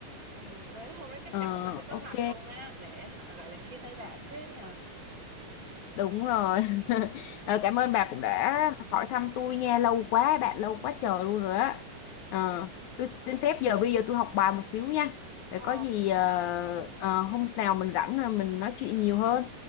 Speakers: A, on the right; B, on the left.
A: ừ, đến hôm đó chắc
B: Ờ,
A: chắn là tôi sẽ có
B: ok
A: mặt luôn á để hả, gọi là chia tay bạn chứ nhờ
B: Đúng rồi. <laughs> Ờ, cảm ơn bà cũng đã hỏi thăm tôi nha, lâu quá bạn lâu quá chờ luôn rồi á. Ờ, tôi xin
A: Ờ,
B: phép giờ bây giờ tôi học bài một xíu nha. Để
A: ờ,
B: có gì ờ, ờ, hôm nào mình rảnh rồi mình nói chuyện nhiều hơn.